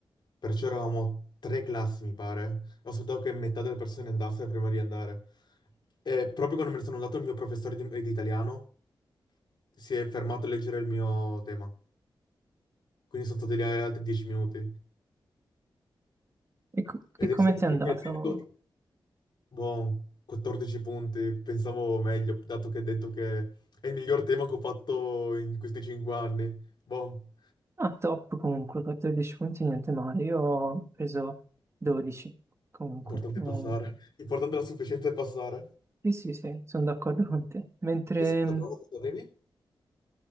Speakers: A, on the left; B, on the right.
A: perciò eravamo tre classi, mi pare. Ho aspettato che metà delle persone andasse prima di andare. E proprio quando me ne sono andato il mio professore di, di italiano si è fermato a leggere il mio tema. Quindi sono stati lì altri dieci minuti.
B: E, co-
A: Ed
B: e come
A: è stato,
B: ti è
A: e
B: andato?
A: mi ha detto, boh, 14 punti, pensavo meglio, dato che ha detto che è il miglior tema che ho fatto in questi cinque anni. Boh.
B: Ah, top comunque, 14 punti, niente male. Io ho preso 12 comunque.
A: Importante
B: Eh,
A: passare. Importante la sufficienza è passare.
B: sì, sì, sì, sono d'accordo con te. Mentre
A: Te sei andato
B: mh,
A: a prova quanto avevi?